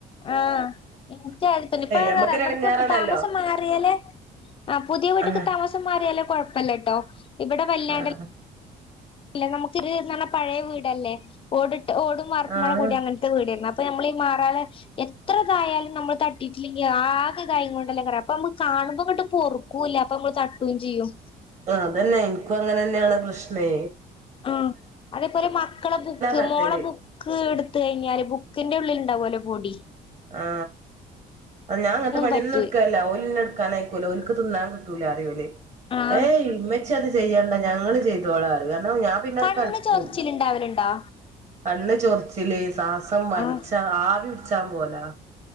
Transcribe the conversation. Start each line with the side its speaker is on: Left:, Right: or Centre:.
Left: ആഹ് എനിക്കാദ്യതന്നെ <unintelligible>
Right: നമ്മക്കൊരു
Left: എവിട്ക്ക്
Right: എടങ്ങേറാണല്ലോ
Left: താമസം മാറിയേലെ ആ പുതിയ വീട്ടിക്ക്
Right: ആഹ്
Left: താമ സം മാറിയാലേ കൊഴപ്പല്ലട്ടോ ഇവിടെ വല്ലാണ്ട
Right: ആഹ്
Left: ല്ല നമുക്കിത് നമ്മ പഴേ വീടല്ലേ ഓട് ഓടും വാർപ്പുമ്പാടെ
Right: ആഹ്
Left: കൂടിയാ അങ്ങനത്തെ വീടെർന്ന് അ അപ്പ നമ്മളീമാറാല എത്രതായാലും നമ്മള് തട്ടിയിട്ടില്ലെങ്കി ആകെതായി കൊണ്ടല്ലേക്കാരം <unintelligible> കാണുമ്പങ്ങട്ട് പൊറുക്കൂല്ല അപ്പൊ മ്മള് തട്ടും ചെയ്യും
Right: ആ അതന്നെ ഇൻക്കും അങ്ങനെന്നേണ് പ്രശ്ണെ
Left: ആ അതേപോലെ മക്കളെ ബുക്ക്
Right: തട്ടല്
Left: മോളെ ബുക്ക് എടുത്ത് കഴിഞ്ഞാല് ബുക്കിന്റെ ഉള്ളില് ഉണ്ടാവോല്ലോ മുടി
Right: ആ അ ഞാ അങ്ങൻത്തെ പണിയന്നുട്ക്കല്ല
Left: പറ്റൂല
Right: ഓലിന്നെ ഇട്ക്കാനയിക്കൂല്ല ഓൽക്ക് തിന്നാൻ ലാറിം ഓല്.
Left: ആഹ്
Right: ഏയ് മ്മച്ചിഅത് ചെയ്യ ണ്ട ഞങ്ങള് ചെയ്തോളാറിം. ഞാൻ പിന്നാ
Left: കണ്ണ്
Right: ട് കട്ക്കും.
Left: ചൊറിച്ചിലുണ്ടാവലുണ്ടോ
Right: കണ്ണ് ചൊറിച്ചില് സാസം വൽച്ച
Left: ആഹ്
Right: ആവി ച്ചം. പോലാ.